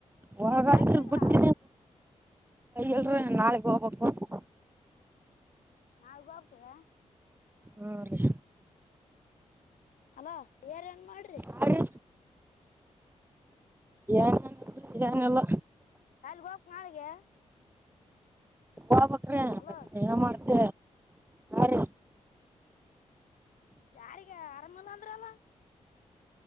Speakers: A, on the right; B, on the left.
A: ಹಾಗಷ್ಟ
B: ಸಾಲಿಗ್ ಹೋಗಿಲ್ಲ
A: ಬಿಟ್ಟ ಎಲ್ರರಿ ನಾಳಗ್ ಹೋಗ್ಬೇಕು
B: ನಾಳೆ ಹೋಗ್ತಿವಿ
A: ಹ್ಞೂ ರೀ
B: ಅಲೋ ಏರ್ ನ್ ಮಾಡ್ರಿ
A: ಹಾ ರೀ ಏನಿಲ್ಲ
B: ಹ್ಮ
A: ಏನಿಲ್ಲ
B: ಕಲ್ಲಿಗ್ ಹೋಗಕ್ ನಾಳಿಗೆ
A: ಹಬಕ್ರ ಮತ್ತ
B: ಅಲೋ
A: ಏನ ಮಾಡ್ತ ರೀ
B: ಯಾರಿಗೆ ಆರಾಮಂದ ಅಂದರಲ್ಲ